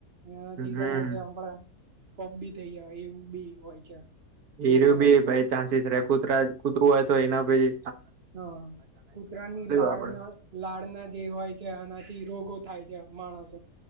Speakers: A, on the right (about 40°); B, on the right (about 70°).
A: એનાથી
B: હમ
A: કદાચ આપણા પોપ બી થઈ ગયા એવું બી હોય છે બહુ
B: એનું
A: ખરાબ
B: બી બાય ચાન્સસ કૂતરા કૂતરું હોય તો એના પછી
A: હા કૂતરા ની લાળના
B: આપડે
A: લાળના જે હોય છે આના થી રોગો થાય છે માણસ